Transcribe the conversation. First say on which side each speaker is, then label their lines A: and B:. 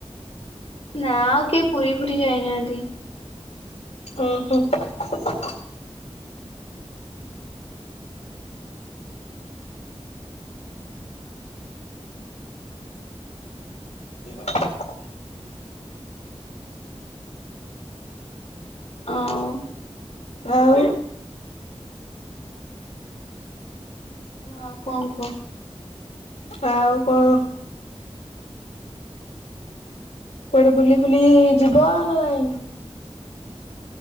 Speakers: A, on the left (about 60°); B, on the left (about 85°).
A: ନା ଆଉ କିଏ ପୁରୀ ଫୁରୀ ଯାଇନାହାନ୍ତି।
B: ଉୁଁ ହୁଁ। <unintelligible>
A: ଆଉ।
B: ଆଉ
A: ହଁ କୁହ?
B: ଆଉ କଣ? କୁଆଡେ ବୁଲି ଫୁଲି ଯିବ ନା ନାଇଁ?